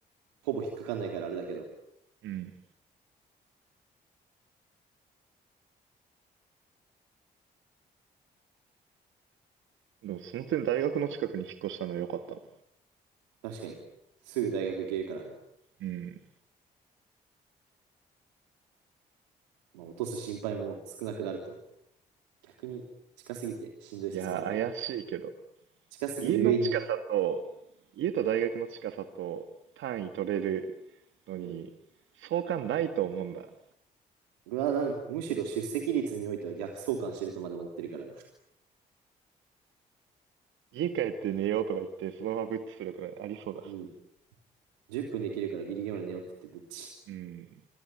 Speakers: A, on the right (about 85°); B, on the right (about 65°).
A: ほぼ引っかかんないからあれだけど、
B: うん。でもその点大学の近くに引っ越したのは良かったな。
A: 確かに、すぐ大学行けるからね。
B: うん。
A: まあ、落とす心配も少なくなると。逆に近すぎてしんどい説もあるけど、
B: いやー、怪しいけど。
A: 近すぎるゆえに、
B: 家の近さと、家と大学の近さと単位取れるのに、
A: うん。
B: 相関ないと思うんだ。
A: 俺はなんむしろ出席率においては逆相関してるとまで思ってるからね。
B: 家帰って寝ようとか言って、そのままブッチするとかありそうだし。
A: うん。10分できるからギリギリまで寝よって言ってぶっち。
B: うん。